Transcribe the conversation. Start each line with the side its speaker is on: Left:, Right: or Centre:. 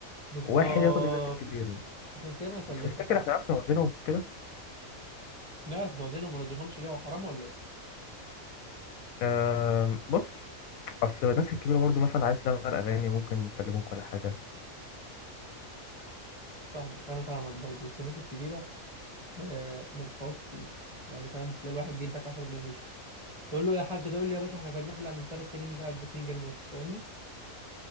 Right: بالظبط
Left: واحد ياخد الناس الكبيرة
Right: عشان كده انا كلمتك
Left: بس تفتكر
Right: على
Left: احنا
Right: طول
Left: عرفنا نوزنهم كده
Right: نعرف نوازنهم وما نوازنهمش ليه هو حرام ولا ايه
Left: أه بص اصل الناس الكبيرة برضو مثلا عايز تشغل اغاني ممكن يكلموك ولا حاجة
Right: فاهمك انا فاهمك برضو بس الناس الكبيره آه ما بيدفعوش كتير يعني فاهم تلاقي الواحد جه اداك 10 جنيه ومشي تقول له يا حاج ده يقول لي يا باشا احنا كنا بنحلق من ثلاث سنين مش عارف ب 2 جنيه ونص فاهمني